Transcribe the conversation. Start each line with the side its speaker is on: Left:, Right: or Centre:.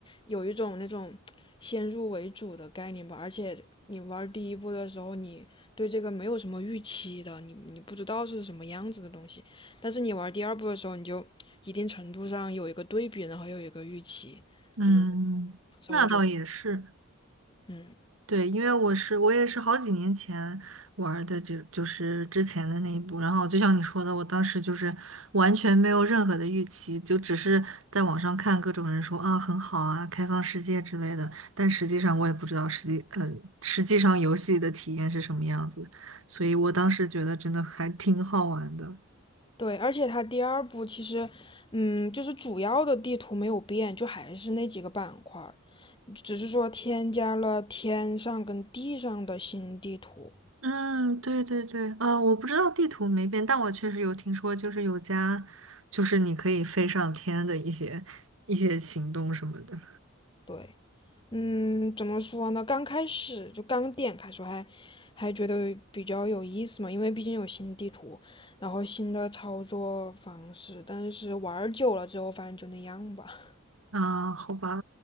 Left: 有一种那种先入为主的概念吧，而且你玩第一部的时候，你对这个没有什么预期的，你你不知道是什么样子的东西，但是你玩第二部的时候，你就一定程度上有一个对比，然后又有一个预期，
Right: 嗯，
Left: 可能稍微觉得
Right: 那倒也是，
Left: 嗯。
Right: 对，因为我是我也是好几年前玩的这，就是之前的那一部，然后就像你说的，我当时就是完全没有任何的预期，就只是在网上看各种人说啊很好啊，开放世界之类的，但实际上我也不知道实际，呃，实际上游戏的体验是什么样子，所以我当时觉得真的还挺好玩的。
Left: 对，而且它第二部其实，嗯，就是主要的地图没有变，就还是那几个板块儿，只是说添加了天上跟地上的新地图。
Right: 嗯，对对对，呃，我不知道地图没变，但我确实有听说，就是有家，就是你可以飞上天的一些一些行动什么的。
Left: 对，嗯，怎么说呢？刚开始就刚点开时候还还觉得比较有意思嘛，因为毕竟有新地图，然后新的操作方式。但是玩儿久了之后，发现就那样吧。<laughs>
Right: 啊，好吧，